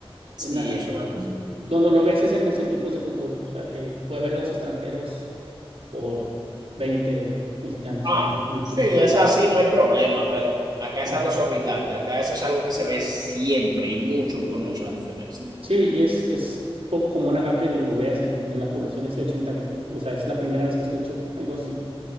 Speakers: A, on the right; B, on the right.
A: Sí,
B: En la-
A: es una cosa.
B: donde lo ves es en los equipos de fútbol. O sea, que puede haber dos extranjeros por veinte mexicanos
A: Ah,
B: en un en un
A: sí,
B: equipo.
A: es así, no hay problema, pero acá
B: Sí.
A: es algo exorbitante, acá eso es algo que se ve siempre y mucho, por mucho la diferencia.
B: Sí, y es, es poco común acá que lo veas en, en la población ese ochenta veinte O sea, es la primera vez que escucho algo así